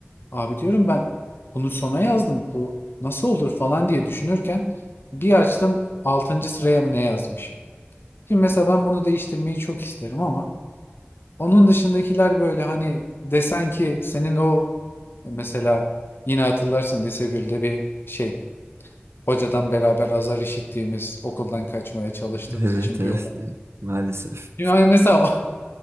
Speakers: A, on the left; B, on the right.
A: Abi diyorum ben bunu sona yazdım. Bu nasıl olur falan diye düşünürken bir açtım altıncı sıraya mı ne yazmışım. Şimdi mesela ben bunu değiştirmeyi çok isterim ama onun dışındakiler böyle hani desen ki senin o mesela yine hatırlarsın lise 1'de bir şey hocadan beraber azar işittiğimiz okuldan kaçmaya çalıştığımız
B: Evet
A: için
B: evet
A: bir olay.
B: evet maalesef.
A: Yani mesela o,